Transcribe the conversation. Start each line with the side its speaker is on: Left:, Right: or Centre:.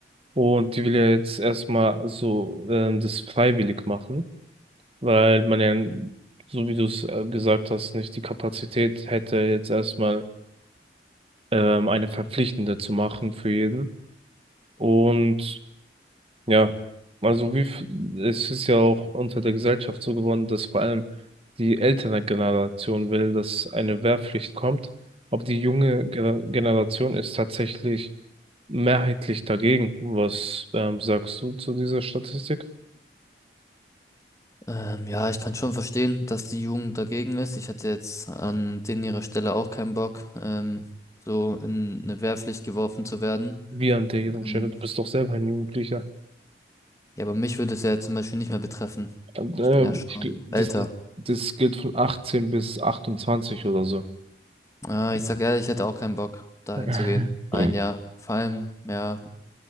Right: und die will ja jetzt erstmal so ähm, das freiwillig machen, weil man ja, so wie du es äh, gesagt hast, nicht die Kapazität hätte, jetzt erstmal ähm, eine verpflichtende zu machen für jeden. Und Ja, also wie f- es ist ja auch unter der Gesellschaft so geworden, dass vor allem die ältere Generation will, dass eine Wehrpflicht kommt, aber die junge Ge- Generation ist tatsächlich mehrheitlich dagegen. Was ähm, sagst du zu dieser Statistik?
Left: Ähm, ja, ich kann schon verstehen, dass die Jugend dagegen ist. Ich hätte jetzt an denen ihrer Stelle auch keinen Bock, ähm, so in eine Wehrpflicht geworfen zu werden.
Right: Wie an deren
Left: Ähm,
Right: Stelle? Du bist doch selber ein Jugendlicher.
Left: Ja, aber mich würde es ja zum Beispiel nicht mehr betreffen.
Right: Und, äh,
Left: Ich bin ja schon
Right: ich, gl- das,
Left: älter.
Right: das gilt von 18 bis 28 oder so.
Left: Äh, ich sag ehrlich, ich hätte auch keinen Bock, dahin
Right: <laughs>
Left: zu gehen. Ein
Right: Mhm.
Left: Jahr. Vor allem, ja,